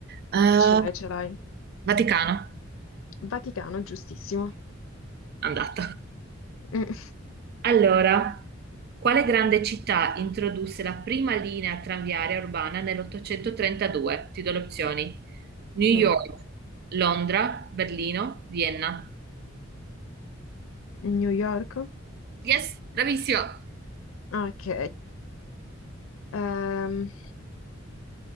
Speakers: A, on the right; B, on the left.
A: Eh,
B: Ce l'hai, ce l'hai.
A: Vaticano,
B: Vaticano, giustissimo.
A: andata.
B: Mm.
A: Allora, quale grande città introdusse la prima linea tranviaria urbana nell'832? Ti do le opzioni. New York,
B: Mm.
A: Londra, Berlino, Vienna.
B: New York?
A: Yes, bravissima.
B: Ok. Ehm,